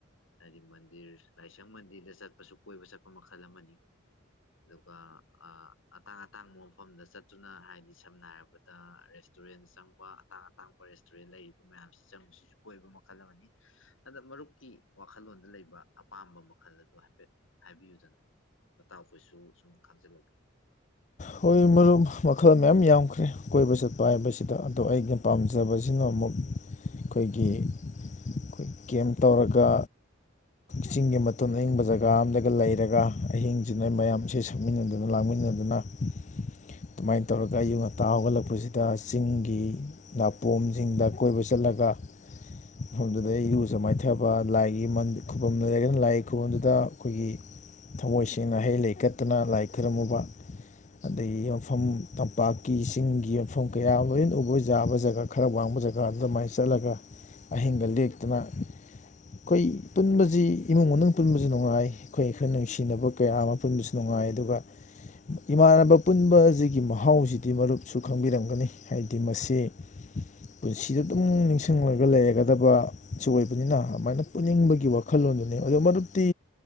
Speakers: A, on the left; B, on the left.
A: ꯍꯥꯏꯗꯤ ꯃꯟꯗꯤꯔ ꯂꯥꯏꯁꯪ ꯃꯟꯗꯤꯔꯗ ꯆꯠꯄꯁꯨ ꯀꯣꯏꯕ ꯆꯠꯄ ꯃꯈꯜ ꯑꯃꯅꯤ ꯑꯗꯨꯒ ꯑ ꯑꯇꯥꯡ ꯑꯇꯥꯡꯕ ꯃꯐꯝꯗ ꯆꯠꯇꯨꯅ ꯍꯥꯏꯗꯤ ꯁꯝꯅ ꯍꯥꯏꯔꯕꯗ ꯔꯦꯁꯇꯨꯔꯦꯟ ꯆꯪꯕ ꯑꯇꯥꯡ ꯑꯇꯥꯡꯕ ꯔꯦꯁꯇꯨꯔꯦꯟ ꯂꯩꯔꯤꯕ ꯃꯌꯥꯝꯁꯤ ꯆꯪꯕꯁꯤꯁꯨ ꯀꯣꯏꯕ ꯃꯈꯜ ꯑꯃꯅꯤ ꯑꯗ ꯃꯔꯨꯞꯀꯤ ꯋꯥꯈꯜꯂꯣꯟ ꯗ ꯂꯩꯕ ꯑꯄꯥꯝꯕ ꯃꯈꯜ ꯑꯗꯨ ꯍꯥꯏꯐꯦꯠ ꯍꯥꯏꯕꯤꯌꯨꯗꯅ ꯅꯇꯥꯎ ꯑꯩꯈꯣꯏꯁꯨ ꯁꯨꯝ ꯈꯪꯖꯤꯜꯍꯧꯒꯦ
B: ꯍꯣꯏ ꯃꯔꯨꯞ ꯃꯈꯜ ꯃꯌꯥꯝ ꯌꯥꯝꯈ꯭ꯔꯦ ꯀꯣꯏꯕ ꯆꯠꯄ ꯍꯥꯏꯕꯁꯤꯗ ꯑꯗꯣ ꯑꯩꯅ ꯄꯥꯝꯖꯕꯁꯤꯅ ꯑꯃꯨꯛ ꯑꯩꯈꯣꯏꯒꯤ ꯑꯩꯈꯣꯏ ꯀꯦꯝ ꯇꯧꯔꯒ ꯆꯤꯡꯒꯤ ꯃꯇꯣꯟ ꯑꯏꯤꯡꯕ ꯖꯒꯥ ꯑꯝꯗꯒ ꯂꯩꯔꯒ ꯑꯍꯤꯡꯁꯤꯅꯩ ꯃꯌꯥꯝ ꯏꯁꯩ ꯁꯛꯃꯤꯟꯅꯗꯨꯅ ꯂꯥꯡꯃꯤꯟꯅꯗꯨꯅ ꯑꯗꯨꯃꯥꯏꯅ ꯇꯧꯔꯒ ꯑꯌꯨꯛ ꯉꯟꯇꯥ ꯍꯧꯒꯠꯂꯛꯄꯁꯤꯗ ꯆꯤꯡꯒꯤ ꯅꯥꯄꯣꯝꯁꯤꯡꯗ ꯀꯣꯏꯕ ꯆꯠꯂꯒ ꯃꯐꯝꯗꯨꯗ ꯏꯔꯨꯖ ꯃꯥꯏꯊꯕ ꯂꯥꯏꯒꯤ ꯈꯨꯕꯝꯗ ꯂꯩꯔꯒꯅ ꯂꯥꯏꯒꯤ ꯈꯨꯕꯝꯗꯨꯗ ꯑꯩꯈꯣꯏꯒꯤ ꯊꯝꯃꯣꯏ ꯁꯦꯡꯅ ꯍꯩ ꯂꯩ ꯀꯠꯇꯅ ꯂꯥꯏ ꯈꯨꯔꯝꯃꯨꯕ ꯑꯗꯒꯤ ꯌꯐꯝ ꯇꯝꯄꯥꯛꯀꯤ ꯆꯤꯡ ꯃꯐꯝ ꯀꯌꯥ ꯑꯃ ꯂꯣꯏꯅ ꯎꯕ ꯌꯥꯕ ꯖꯒꯥ ꯈꯔ ꯋꯥꯡꯕ ꯖꯒꯥ ꯑꯗꯨꯃꯥꯏꯅ ꯆꯠꯂꯒ ꯑꯍꯤꯡꯒ ꯂꯦꯛꯇꯅ ꯑꯩꯈꯣꯏ ꯄꯨꯟꯕꯁꯤ ꯏꯃꯨꯡ ꯃꯅꯨꯡ ꯄꯨꯟꯕꯁꯤꯁꯨ ꯅꯨꯡꯉꯥꯏ ꯑꯩꯈꯣꯏ ꯑꯩꯈꯣꯏ ꯅꯨꯡꯁꯤꯅꯕ ꯀꯌꯥ ꯑꯃ ꯄꯨꯟꯕꯁꯨ ꯅꯨꯡꯉꯥꯏ ꯑꯗꯨꯒ ꯏꯃꯥꯟꯅꯕ ꯄꯨꯟꯕꯁꯤꯒꯤ ꯃꯍꯥꯎꯁꯤꯗꯤ ꯃꯔꯨꯞꯁꯨ ꯈꯪꯕꯤꯔꯝꯒꯅꯤ ꯍꯥꯏꯗꯤ ꯃꯁꯤ ꯄꯨꯟꯁꯤꯗ ꯑꯗꯨꯝ ꯅꯤꯡꯁꯤꯡꯂꯒ ꯂꯩꯔꯒꯗꯕꯁꯨ ꯑꯣꯏꯕꯅꯤꯅ ꯑꯗꯨꯃꯥꯏꯅ ꯄꯨꯅꯤꯡꯕꯒꯤ ꯋꯥꯈꯜꯂꯣꯟꯗꯨꯅꯤ ꯑꯗꯨ ꯃꯔꯨꯞꯇꯤ